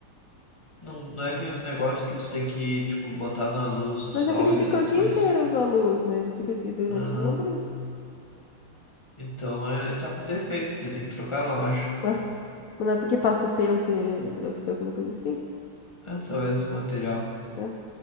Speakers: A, on the left (about 15°); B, on the left (about 65°).
A: Não, não é aqueles negócios que tu tem que, tipo, botar na luz do
B: Mas
A: sol
B: é que ele fica
A: e daí
B: o
A: depois.
B: dia inteiro na luz, né? Ele fica de de
A: Ah,
B: noite e não brilha.
A: então é, tá com defeito, você tem que trocar na loja.
B: Ah, mas não é porque passa o tempo e eh, deve ser alguma coisa assim,
A: Ah, talvez o material.
B: né?